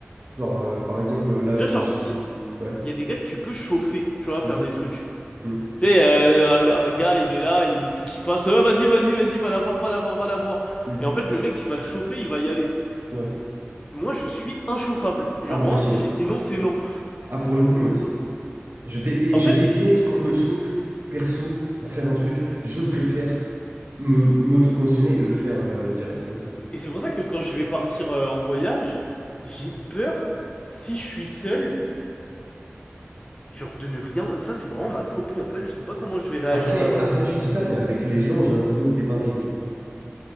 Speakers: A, on the right (about 50°); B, on the left (about 25°).
A: Genre, euh, par exemple, là,
B: Tu
A: je
B: vois,
A: me
B: genre,
A: suis...
B: il
A: Ouais.
B: il y, a des gars que tu peux chauffer, tu vois,
A: hum,
B: faire des trucs.
A: hum,
B: Tu sais, euh, un gars, il est là, il y a une fille qui passe, Ah, vas-y, vas-y, vas-y, va la voir, va la voir, va la voir.
A: hum,
B: Et en fait, le mec, tu vas le chauffer, il va y aller.
A: ouais.
B: Moi, je suis inchauffable. Genre,
A: Ah, moi
B: vraiment,
A: aussi,
B: si
A: hein.
B: j'ai dit non, c'est non.
A: Ah, pour le coup, moi aussi. Je dé- Et
B: En
A: je
B: fait,
A: déteste qu'on me chauffe, perso, pour faire un truc. Je préfère me m'auto-conditionner et le faire euh, direct, comme ça.
B: et c'est pour ça que quand je vais partir euh, en voyage, j'ai peur, si je suis seul, genre, de ne rien. Ça, c'est vraiment ma phobie. En fait, je sais pas comment je vais réagir
A: Après,
B: là-bas.
A: après, tu dis ça, mais avec les gens, j'ai l'impression que t'es pareil, du coup.